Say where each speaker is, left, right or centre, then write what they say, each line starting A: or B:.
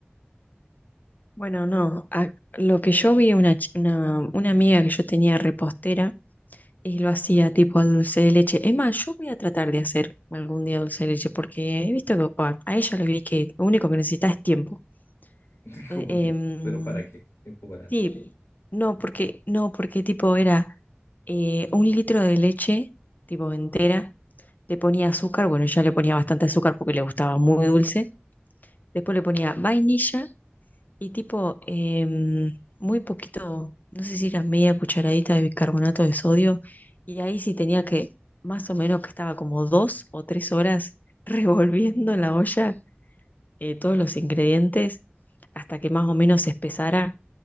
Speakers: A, on the left; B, on the left.
A: Bueno, no, a- lo que yo vi, una, ch- una, una amiga que yo tenía repostera y lo hacía tipo al dulce de leche. Es más, yo voy a tratar de hacer algún día dulce de leche porque he visto que pa, a ella le vi que lo único que necesita es tiempo.
B: <laughs>
A: Eh,
B: Como
A: em,
B: tiempo. Pero ¿para qué? Tiempo para
A: sí,
B: qué.
A: no, porque, no, porque tipo era eh, un litro de leche, tipo entera, le ponía azúcar, bueno, ya le ponía bastante azúcar porque le gustaba muy dulce. Después le ponía vainilla Y tipo, em, muy poquito, no sé si era media cucharadita de bicarbonato de sodio, y ahí sí tenía que, más o menos que estaba como dos o tres horas <laughs> revolviendo en la olla eh, todos los ingredientes hasta que más o menos se espesara,